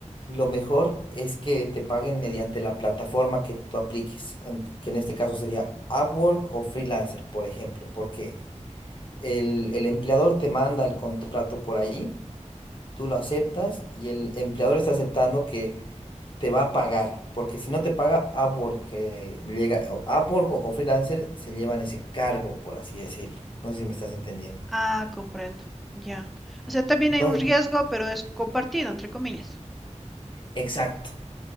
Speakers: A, on the left; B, in the centre.
A: lo mejor es que te paguen mediante la plataforma que tú apliques, en- que en este caso sería Upwork o Freelancer, por ejemplo, porque el, el empleador te manda el contrato por ahí, tú lo aceptas y el empleador está aceptando que te va a pagar. Porque si no te paga Upwork, eh, llega, o Upwork o, o Freelancer se llevan ese cargo, por así decirlo. No sé si me estás entendiendo.
B: Ah, comprendo. Ya. O sea, también
A: Entonces,
B: hay un riesgo, pero es compartido, entre comillas.
A: exacto.